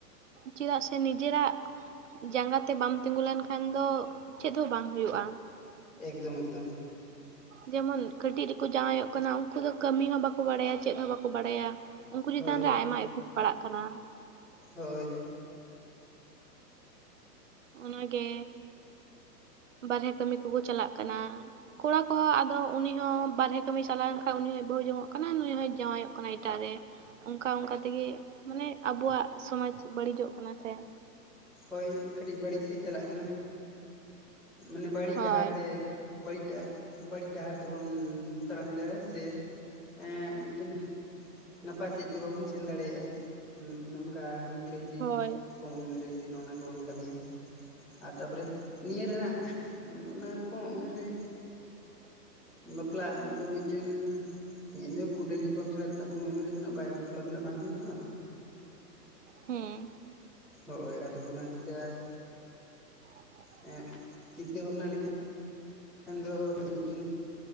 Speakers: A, on the right; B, in the centre.
A: ᱪᱮᱫᱟᱜ ᱥᱮ ᱱᱤᱡᱮᱨᱟᱜ ᱡᱟᱸᱜᱟ ᱛᱮ ᱵᱟᱢ ᱛᱤᱝᱜᱩ ᱞᱮᱱᱠᱷᱟᱱ ᱫᱚ ᱪᱮᱫ ᱦᱚᱸ ᱵᱟᱝ ᱦᱩᱭᱩᱜᱼᱟ᱾
B: ᱮᱠᱫᱚᱢ ᱮᱠᱫᱚᱢ
A: ᱡᱮᱢᱚᱱ ᱠᱟᱹᱴᱤᱡ ᱨᱮᱠᱚ ᱡᱟᱶᱟᱭᱚᱜ ᱠᱟᱱᱟ᱾ ᱩᱱᱠᱩ ᱫᱚ ᱠᱟᱹᱢᱤ ᱦᱚᱸ ᱵᱟᱠᱚ ᱵᱟᱲᱟᱭᱟ, ᱪᱮᱫ ᱦᱚᱸ ᱵᱟᱠᱚ ᱵᱟᱲᱟᱭᱟ᱾ ᱩᱱᱠᱩ ᱪᱮᱛᱟᱱ
B: ᱦᱳᱭ
A: ᱨᱮ ᱟᱭᱢᱟ ᱮᱯᱷᱮᱠᱴ ᱯᱟᱲᱟᱜ ᱠᱟᱱᱟ᱾
B: ᱦᱳᱭ
A: ᱚᱱᱟᱜᱮ, ᱵᱟᱨᱦᱨᱮ ᱠᱟᱹᱢᱤ ᱠᱚᱠᱚ ᱪᱟᱞᱟᱜ ᱠᱟᱱᱟ᱾ ᱠᱚᱲᱟ ᱠᱚ ᱟᱫᱚ ᱩᱱᱤᱦᱚᱸ ᱵᱟᱦᱨᱮ ᱠᱟᱹᱢᱤ ᱪᱟᱞᱟᱜ ᱮᱱ ᱩᱱᱤ ᱦᱚᱸ ᱵᱟᱹᱦᱩ ᱡᱚᱝᱚᱜ ᱠᱟᱱᱟ᱾ ᱱᱩᱭ ᱦᱚᱭ ᱡᱟᱶᱟᱭᱚᱜ ᱠᱟᱱᱟ ᱮᱴᱟᱜ ᱨᱮ᱾ ᱚᱱᱠᱟ ᱚᱱᱠᱟ ᱛᱮᱜᱮ ᱢᱟᱱᱮ ᱟᱵᱚᱣᱟᱜ ᱥᱚᱢᱟᱡᱽ ᱵᱟᱹᱲᱤᱡᱚᱜ ᱠᱟᱱᱟ ᱥᱮ᱾
B: ᱦᱳᱭ ᱠᱟᱹᱴᱤᱡ ᱵᱟᱹᱲᱤᱡ ᱥᱮᱫ ᱪᱟᱞᱟᱜ ᱠᱟᱱᱟ, ᱢᱟᱱᱮ ᱵᱟᱹᱲᱤᱡ
A: ᱦᱳᱭ
B: ᱰᱟᱦᱟᱨ ᱛᱮ ᱵᱟᱹᱲᱤᱡ ᱰᱟᱦᱟᱨ ᱵᱟᱹᱲᱤᱡ ᱰᱟᱦᱟᱨ ᱛᱮᱵᱚᱱ ᱛᱟᱲᱟᱢ ᱮᱫᱟ ᱥᱮ᱾ ᱮᱸᱻ ᱢᱤᱫᱴᱮᱱ ᱱᱟᱯᱟᱭ ᱥᱮᱡ ᱫᱚ ᱵᱟᱵᱚᱱ ᱥᱮᱱ ᱫᱟᱲᱮᱭᱟᱜᱼᱟ᱾ ᱚᱱᱠᱟ ᱱᱤᱝᱠᱟᱹ ᱡᱩᱫᱤ
A: ᱦᱳᱭ
B: ᱠᱚᱢ ᱩᱢᱮᱨ ᱨᱮ ᱡᱩᱫᱤ ᱱᱚᱜᱼᱱᱟ ᱠᱚᱵᱚᱱ ᱠᱟᱹᱢᱤᱭᱟ᱾ ᱟᱨ ᱛᱟᱨᱯᱚᱨᱮ ᱱᱤᱭᱟᱹ ᱨᱮᱱᱟᱜ ᱚᱱᱟ ᱠᱚᱢ ᱩᱢᱮᱨ ᱨᱮ ᱮᱸ ᱵᱟᱯᱞᱟ ᱫᱚ ᱢᱤᱫ ᱢᱤᱫᱴᱮᱱ ᱧᱤᱫᱟᱹ ᱠᱩᱸᱰᱮᱸᱞ ᱧᱟᱯᱟᱢ ᱪᱷᱟᱲᱟ ᱛᱚᱱᱟᱜ ᱠᱚᱢ ᱩᱢᱮᱨ ᱨᱮᱫᱚ ᱱᱟᱜ ᱵᱟᱭ ᱵᱟᱯᱞᱟ ᱛᱤᱱᱟᱹᱜ ᱵᱟᱝ ᱦᱩᱭᱩᱜᱼᱟ ᱛᱚ᱾
A: ᱦᱩᱸ
B: ᱦᱳᱭ ᱟᱫᱚ ᱚᱱᱟ ᱪᱤᱠᱟ
A: <unintelligible>
B: ᱦᱮᱸ <unintelligible> ᱪᱤᱱᱛᱟᱹ ᱵᱷᱟᱵᱽᱱᱟ ᱞᱮᱠᱷᱟᱟᱱ <inaudible> ᱫᱚ ᱢᱤᱫᱴᱮᱱ